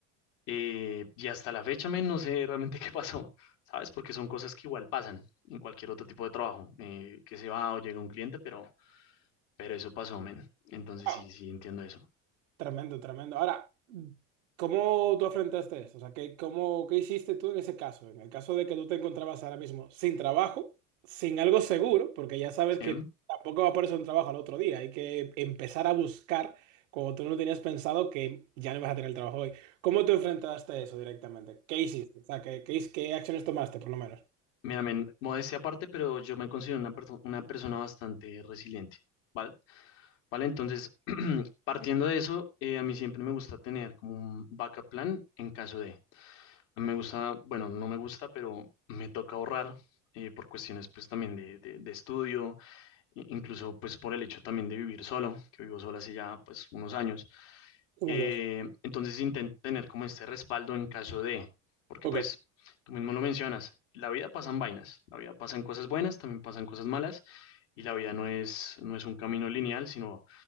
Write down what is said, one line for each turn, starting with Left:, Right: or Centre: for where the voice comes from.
Left: eh, y hasta la fecha, men, no sé realmente <laughs> qué pasó, ¿sabes? Porque son cosas que igual pasan en cualquier otro tipo de trabajo, eh, que se va o llega un cliente, pero, pero eso pasó, men. Entonces
Right: Wow.
Left: sí, sí, entiendo eso.
Right: Tremendo, tremendo. Ahora, ¿cómo tú afrontaste esto? O sea, ¿qué, cómo, qué hiciste tú en ese caso? En el caso de que tú te encontrabas ahora mismo sin trabajo, sin algo seguro, porque ya sabes
Left: ¿Sí?
Right: que tampoco va a aparecer un trabajo al otro día, hay que empezar a buscar cuando tú no tenías pensado que ya no vas a tener el trabajo hoy. ¿Cómo te enfrentaste a eso directamente? ¿Qué hiciste? O sea, ¿qué, qué, qué acciones tomaste, por lo menos?
Left: Mira, men, modestia aparte, pero yo me considero una, perso- una persona bastante resiliente, ¿vale? Vale, entonces, <clears throat> partiendo de eso, eh, a mí siempre me gusta tener como un backup plan en caso de, me gusta, bueno, no me gusta, pero me toca ahorrar eh, por cuestiones pues también de, de de estudio i- incluso pues por el hecho también de vivir solo, que vivo solo hace ya pues unos años.
Right: Somos
Left: Eh,
Right: dos.
Left: entonces intento tener como este respaldo en caso de, porque
Right: Ok.
Left: pues tú mismo lo mencionas, la vida pasan vainas, la vida pasan cosas buenas, también pasan cosas malas y la vida no es, no es un camino lineal, sino